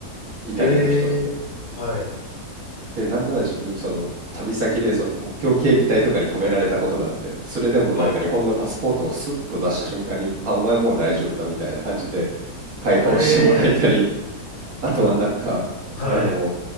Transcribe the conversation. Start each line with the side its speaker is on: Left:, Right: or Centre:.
Right: イタリアの人って。
Left: ええーはい。
Right: で、なんなら自分その旅先でその国境警備隊とかに止められたことがあって、それでもなんか日本のパスポートをスッと出した瞬間に、
Left: はい。
Right: あ、お前もう大丈夫だみたいな感じで解放してもらえたり、
Left: ええ
Right: <laughs> あとはなんか、
Left: ーはい。
Right: あの、